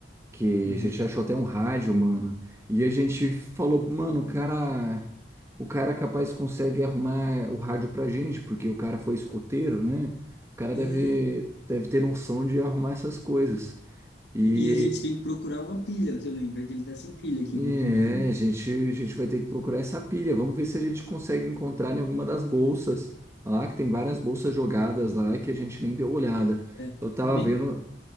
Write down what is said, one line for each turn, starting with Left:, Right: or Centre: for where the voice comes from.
Right: que
Left: Uhum.
Right: a gente achou até um rádio, mano. E a gente falou, mano, o cara, o cara capaz consegue arrumar o rádio pra gente, porque o cara foi escoteiro, né? O cara
Left: É,
Right: deve, deve ter noção de arrumar essas coisas. E,
Left: e a gente tem que procurar uma pilha também, porque ele tá sem pilha aqui
Right: e
Left: que eu tô olhando.
Right: é, a gente, a gente vai ter que procurar essa pilha. Vamos ver se a gente consegue encontrar em alguma das bolsas lá, que tem várias bolsas jogadas lá e que a gente nem deu olhada.
Left: É,
Right: Eu tava
Left: nem,
Right: vendo,